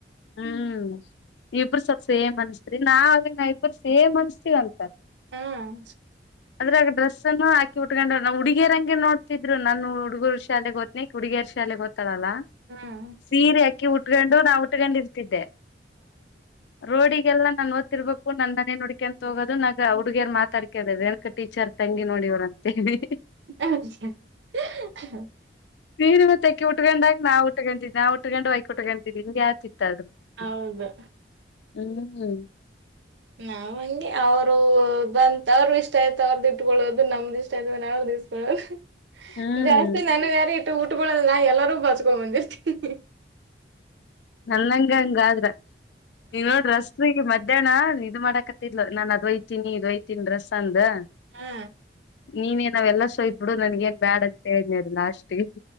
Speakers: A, on the left (about 80°); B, on the right (about 85°).
A: ಹ್ಮ್ ಇಬ್ರು ಸಬ್ಸ್ ಸೇಮ್ ಅನ್ಸ್ ತ್ರಿ ನಾವ್ ನ ಇಬ್ಬ್ರು ಸೇಮ್ ಅನ್ಸ್ತಿವಂತ.
B: ಹ್ಮ
A: ಅದ್ರಾಗ್ ಡ್ರಸ್ಸನ್ನು ಹಾಕಿ ಉಟ್ಕೊಂಡ್ಯಾರ್ ನಮ್ ಹುಡಿಗ್ಯರಂಗೆ ನೋಡ್ತಿದ್ರು ನನ್ ಹುಡುಗರು ಶಾಲೆಗ್ ಹೊತ್ನಿ ಈಕಿ ಹುಡಿಗ್ಯರ್ ಶಾಲೆಗ್ ಹೊ ತಳಲ್ಲ
B: ಹ್ಮ್
A: ಸೀರೆ ಅಕ್ಕಿ ಉಟ್ಕೊಂಡು ನಾವು ಕೊಂಡಿರ್ತಿದ್ದೆ ರೋಡಿ ಲ್ಲ ನಾನ್ ಓತಿರ್ಬೇಕು ನನ್ನನೇ ನೋಡ್ಕ್ಯಂತ್ ಹೋಗೋದು ನಗ ಆ ಹುಡ್ಗ್ಯರ್ ಮಾತಾಡ್ಕ್ಯದ್ ರೇಣುಕಾ ಟೀಚರ್ ತಂಗಿ ನೋಡ್ ಇವ್ರ್ ಅಂತೇಳಿ ಹ್ ಹ್.
B: ಅಯ್ಯ ಅಹ್
A: <unintelligible> ಅಕಿ ಉಟ್ಕೊಂಡಾಗ ನಾ ಉುಕೊಂಡಿದ್ದ ನಾವ್ ಕೊಂಡು ವಾಯ್ ಕುಟ್ಕಂತೀನಿ <unintelligible> ಸಿಗ್ತಾಳ್ರಿ
B: ಹೌದು
A: <unintelligible>
B: ನಾವ್ ಹಂಗೆ ಅವ್ರು ಬಂತ ಅವ್ರು ಇಷ್ಟ ಆಯ್ತ ಅವ್ರ್ದ ಇಟ್ಕೊಳ್ಳೋದು ನಮ್ದ ಇಷ್ಟ ಆಯ್ತು ಅಂದ್ರೆ ಅವ್ರ್ ಇಸ್ಕೊಳ್ಳೋದ್
A: ಹ್ಮ್
B: ಅಹ್ ಜಾಸ್ತಿ ನನಗಾರಿ ಊಟ್ ಗೊಳಲ್ಲ ಎಲ್ಲಾರೂ ಬಾಚ್ಕೊಂಡ್ ಬಂದಿರ್ತೀವಿ ಹ್ ಹ್ ಹ್
A: ನನ್ನಂಗ್ ಹಂಗಾದ್ರ ನೀವ ನೋಡ್ರಿ ರಸ್ಬಿಗೆ ಮಧ್ಯಾಹ್ನ ಇದು ಮಾಡಾಕತ್ತಿದ್ಲು ನಾನ್ ಅದ್ ಓಯ್ ತಿನಿ ಇದ್ ಓಯ್ತಿನಿ ಡ್ರಸ್ ಅಂದು
B: ಹಾ
A: ನೀನೇ ನಾವೆಲ್ಲ ಸೋಯತ್ ಬಿಡು ನನ್ಗೇನ್ ಬ್ಯಾಡ ಅಂತೆಳ್ <unintelligible> ಲಾಷ್ಟಿಗಿ